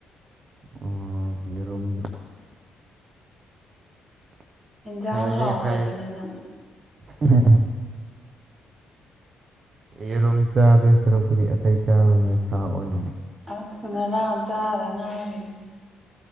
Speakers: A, on the right; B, on the right.
A: ꯑꯣ ꯌꯦꯔꯨꯝ
B: ꯏꯟꯖꯥꯡ
A: ꯏꯅꯤꯐ
B: ꯍꯥꯎꯗꯕꯅꯤꯅ
A: <unintelligible> ꯌꯦꯔꯨꯝ ꯆꯥꯗꯣꯏ ꯁꯔꯨꯛꯄꯨꯗꯤ ꯑꯇꯩ ꯆꯥꯕꯅ ꯁꯥ ꯑꯣꯏꯅ
B: ꯑꯁ ꯉꯔꯥꯡ ꯆꯥꯗ ꯉꯥꯏꯔꯤ